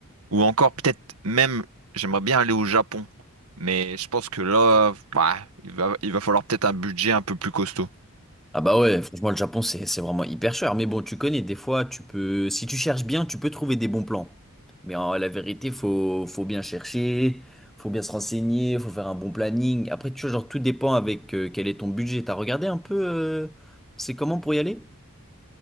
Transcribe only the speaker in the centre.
Ah bah ouais, franchement, le Japon, c'est, c'est vraiment hyper cher. Mais bon, tu connais, des fois, tu peux, si tu cherches bien, tu peux trouver des bons plans. Mais en, la vérité, faut, faut bien chercher, faut bien se renseigner, faut faire un bon planning. Après, tu vois, genre, tout dépend avec euh, quel est ton budget. T'as regardé un peu, euh, c'est comment pour y aller?